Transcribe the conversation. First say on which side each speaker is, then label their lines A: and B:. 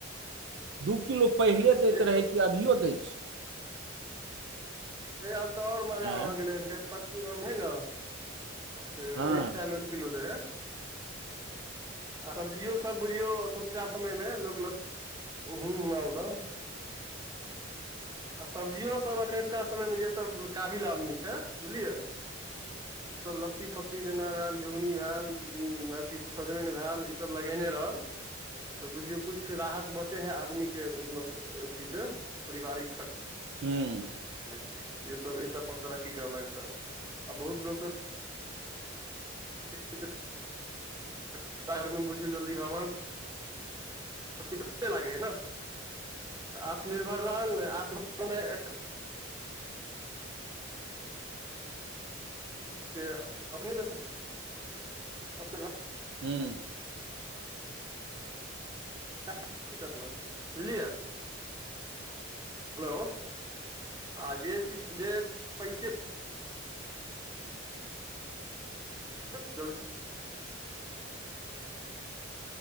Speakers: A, on the right; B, on the right.
A: दू किलो पहिले
B: एक
A: दैत रहै
B: सए
A: कि अभियो दैत छै
B: हे आब तऽ आओर महगा
A: आँय
B: भऽ गेलै हन गछपक्कू आम हइ ने ह
A: हँ
B: एक सएमे दू किलो रहै आ सब्जियो सभ बुझियौ एखुनका समयमे लोक <unintelligible> ल हँ मालदह आ सब्जियो सभ एखुनका समयमे जेसभ काबिल आदमी छै बुझलियै ओ सब लत्ती फत्त ट्टी जेना भेल झुगनी भेल अथी सजमनि भेल ई सब लगेने रहल तऽ बुझियौ कुछ राहत बचे है आदमी के मतलब अथी से पारिवारिक खर्च
A: हूंम्म
B: जे सब एहि सब पर तरक्की कर लक तऽ आ बहुत लोक तऽ
A: <inaudible>
B: <unintelligible> <unintelligible> बुझियौ जल्दी भगवान <unintelligible> लागै है ने तऽ आत्मनिर्भर रहल नै आत्म ओने <unintelligible> से अपनेसँ अप घ <unintelligible>
A: हूंम्म
B: त <unintelligible> ल बुझलियै हेलो आ जे चीज जे <unintelligible> पैसे ल <unintelligible>